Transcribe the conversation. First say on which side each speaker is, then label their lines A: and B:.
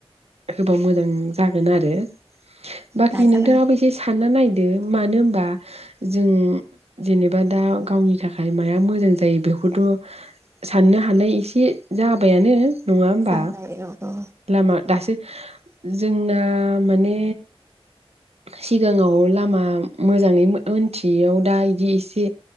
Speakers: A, on the right; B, on the right.
A: होबा मोजां जागोन आरो बाखि
B: नाजालां
A: नोंथाङाबो एसे सानना नाय दो मानो होनबा जों जेनेबा दा गावनि थाखाय माया मोजां जायो बेखौथ साननो हानाय एसे जाबायानो नङा होमबा
B: जाबाय औ औ
A: लामा दासो जोंना माने सिगाङाव लामा मोजाङै मो मोनथियैयाव दा इदि एसे